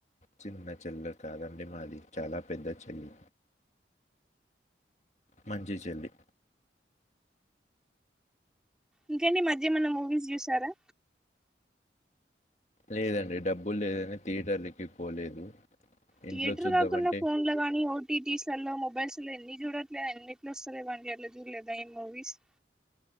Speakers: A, on the left (about 40°); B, in the centre.
A: చిన్న చెలె కాదండి మాది చాలా పెద్ద చెల్లి మంచి చెల్లి
B: ఇంకండి ఈ మధ్యేమన్న మూవీస్ చూసారా
A: లేదండి డబ్బులు లేదని థియేటరీకి పోలేదు
B: థియేటర్
A: ఇంట్లో చూద్దామంటే
B: కాకున్న ఫోన్ల గానీ టి టిస్ లల్లో మొబైల్స్ లో ఎన్ని చూడట్లేదు ఎన్నిట్ల వస్తలేవండి అట్ల చూడలేదా ఏ మూవీస్ <inaudible>